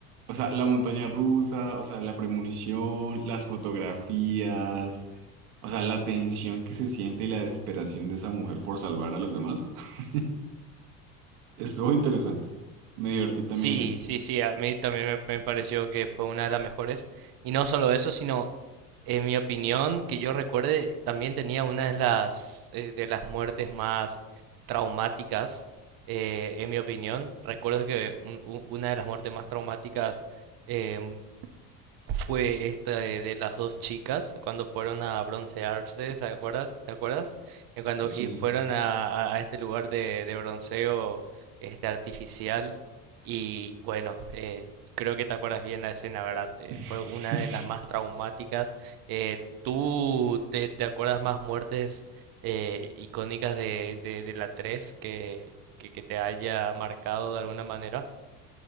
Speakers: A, on the right; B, on the right.
A: o sea, la montaña rusa, o sea, la premonición, las fotografías. O sea, la tensión que se siente y la desesperación de esa mujer por salvar a los demás. <laughs> Estuvo interesante. Me divertí
B: Sí,
A: también en eso.
B: sí, sí, a mí también me, me pareció que fue una de las mejores. Y no solo eso, sino, en mi opinión, que yo recuerde, también tenía una de las, eh, de las muertes más traumáticas, eh, en mi opinión. Recuerdo que un- un- una de las muertes más traumáticas, em, fue esta de, de las dos chicas cuando fueron a broncearse, ¿se acuerdas? ¿Te acuerdas? Eh, Cuando y
A: Sí.
B: fueron a, a- a este lugar de, de bronceo este artificial y bueno, eh, creo que te acuerdas bien la escena, ¿verdad? Eh, fue
A: <laughs>
B: una de las más traumáticas. Eh, ¿tú te, te acuerdas más muertes eh, icónicas de, de, de la 3 que, que, que te haya marcado de alguna manera?